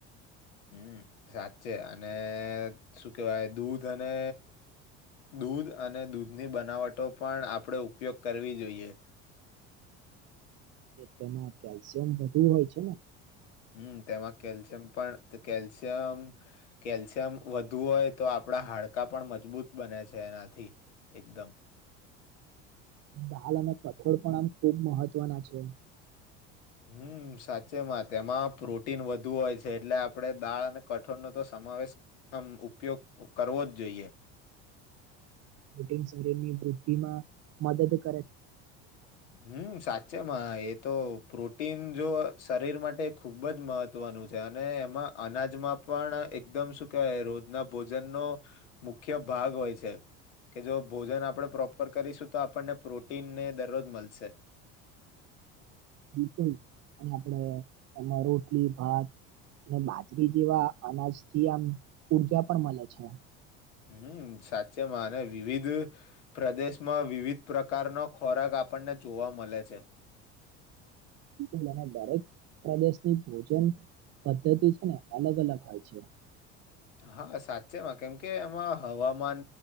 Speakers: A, on the left; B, on the right.
A: હમ સાચે અને શું કેહેવાય દૂધ અને દૂધ અને દૂધની બનાવટો પણ આપણે ઉપયોગ કરવી જોઈએ
B: તેમાં કેલ્શિયમ વધુ હોય છે, ને
A: હમ તેમાં કેલ્શિયમ પણ કેલ્શિયમ કેલ્શિયમ વધુ હોય તો આપણા હાડ કા પણ મજબૂત બને છે, એનાથી એકદમ
B: દાલ અને કઠોળ પણ આમ ખુબ મહત્વના છે,
A: હમ સાચે માં તેમાં પ્રોટીન વધુ હોય છે, એટલે આપડે દાળ અને કઠોળનો તો સમાવેશ અમ‌ ઉપયોગ કરવો જ જોઈએ
B: બટિંગ શરીરની વૃદ્ધિમાં મદદ કરે
A: હમ સાચેમાં એ તો પ્રોટીન જો શરીર માટે ખુબ જ મહત વનુ એમાં અનાજમાં પણ એકદમ શું કેવાય રોજના ભોજન નો મુ ખય ભાગ હોય છે, કે જો ભોજન આપણે પ્રોપર કરીશું તો આપણને પ્રોટીનને દરરોજ મલશે.
B: બિલકુલ અને આપણેે એમાં રોટલી ભાત અને બાજરી જેવા અનાજથી આમ ઉર્જા પણ મલે છે.
A: હમ સાચેમાં અને વિવિધ પ્રદેશમાં વિવિધ પ્રકારનો ખોરાક આપણને જોવા મલે છે.
B: મને દરેક પ્રદેશની ભોજન પદ્ધતિ છે, ને અલગ અલગ હોય છે,
A: હા સાચેમાં કેમ કે એમાં હવામાન